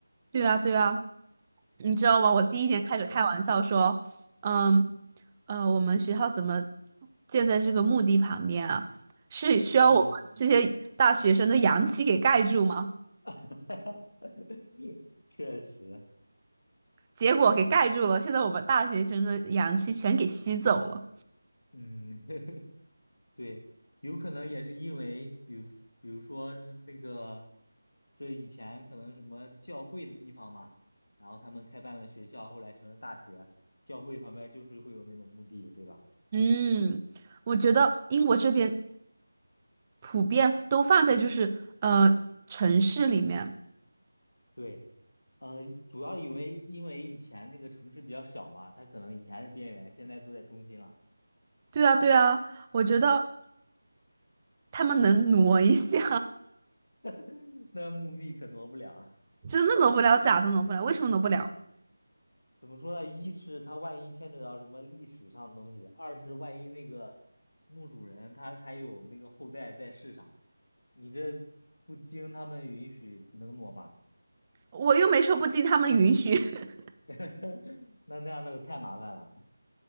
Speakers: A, on the right; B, on the left.
A: 对啊，对啊，你知道吗？我第一年开始开玩笑说，
B: 对，
A: 嗯，呃，我们学校怎么建在这个墓地旁边啊？是需要我们这些大学生的阳气给盖住吗？
B: 嗯，<laughs> 确实，
A: 结果给盖住了，现在我们大学生的阳气全给吸走了。
B: 嗯，<laughs> 对，有可能也是因为，比如比如说是那个，这以前可能什么教会的地方嘛，然后他们开办了学校，后来成了大学，教会旁边就是会有那种墓地，对吧？
A: 嗯，我觉得英国这边普遍都放在就是呃城市里面。
B: 对，呃，主要因为因为以前那个城市比较小嘛，它可能以前是边缘，现在都在中心了，
A: 对啊，对啊，我觉得他们能挪一下，
B: <laughs> 那墓地可挪不了。
A: <laughs> 真的挪不了，假的挪不了，为什么挪不了？
B: 怎么说呢？一是他万一牵扯到什么历史上的东西，二是万一那个墓主人他还有那个后代在世上，你这不经他们允许能挪吧？
A: 我又没说不经他们允许。<laughs>
B: <laughs> 那那样那个太麻烦了。